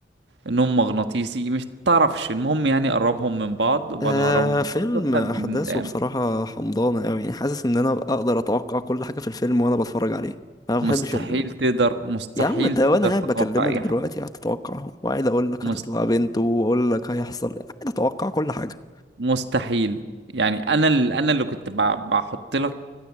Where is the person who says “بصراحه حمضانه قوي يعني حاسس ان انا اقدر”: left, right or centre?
Left